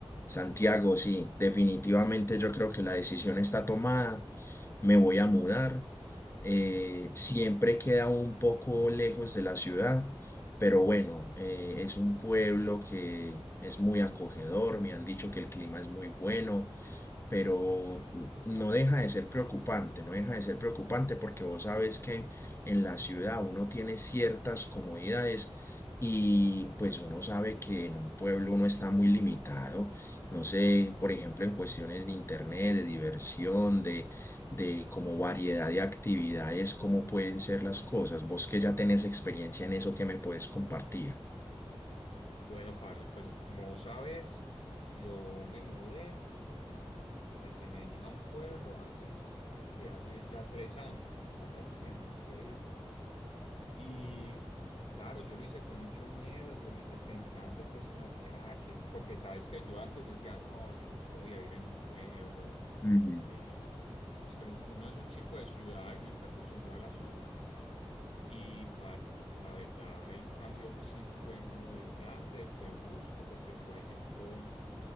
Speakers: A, on the left; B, on the left.
A: Santiago, sí, definitivamente yo creo que la decisión está tomada, me voy a mudar. eh, siempre queda un poco lejos de la ciudad, pero bueno, eh, es un pueblo que es muy acogedor, me han dicho que el clima es muy bueno, pero no deja de ser preocupante, no deja de ser preocupante porque vos sabes que en la ciudad uno tiene ciertas comodidades y pues uno sabe que en un pueblo uno está muy limitado, no sé, por ejemplo, en cuestiones de internet, de diversión, de, de como variedad de actividades, cómo pueden ser las cosas. Vos que ya tenés experiencia en eso, ¿qué me puedes compartir?
B: Bueno, parce, pues como vos sabes, yo me mudé desde Medellín a un pueblo hace, hace que hace ya tres años, como pasa el tiempo, increíble. Y claro, yo lo hice con mucho miedo, yo lo hice pensando pues como que, ah, que, porque sabes que yo antes decía, no, yo nunca voy a vivir en un pueblo,
A: Sí.
B: porque, no sé, uno, uno es un chico de ciudad y uno está acostumbrado a la ciudad. Y parce, pues la verdad, el cambio sí fue muy grande, fue brusco, porque por ejemplo,